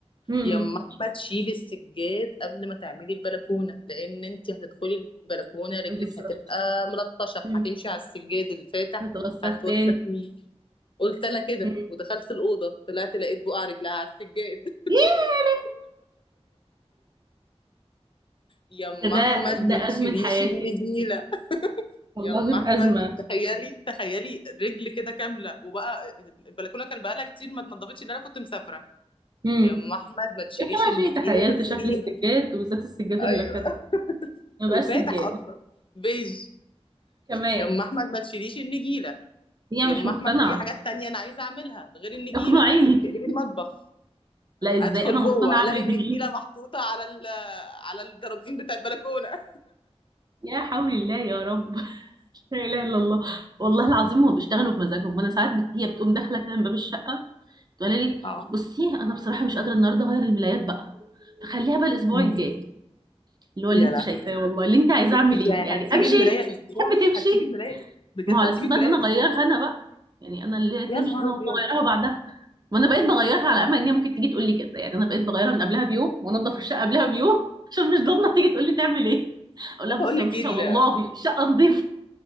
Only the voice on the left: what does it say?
يما احمد تشيلي السجاد قبل ما تعملي البلكونه لان انت هتدخلي البلكونه رجلك
هتبقى ملطشه
هتمشي على السجاد الفاتح
هتوسخ
مين قلت انا كده
ودخلت الاوضه طلعت لقيت بقع رجلها على السجاد <laughs>
يما
احمد
ما
تشيليش
النجيله
يما
احمد
تخيلي تخيلي رجل كده كامله وبقى البلكونه كان بقالها كتير ما اتنضفتش ان انا كنت مسافره
يما احمد ما تشيليش
النجيله
تغسليها
ايوه
وفاتح
اصلا بيج
يا ام احمد ما تشيليش النجيله
يا
ام
احمد في حاجات تانية انا عايزه اعملها غير النجيله
انا عايزاكي تقلبي المطبخ
ادخل
جوه
الاقي النجيله
محطوطه على ال <laughs> على الترابيزين بتاع البلكونه
اه
<laughs> مم.
يا
لهوي
يعني
هتسيبي
الملايه
اسبوع
هتسيبي الملايه بجد
هتسيبي
الملايه
اسبوع
يا نهار
ابيض
لا
بقول
لك
ايه ال-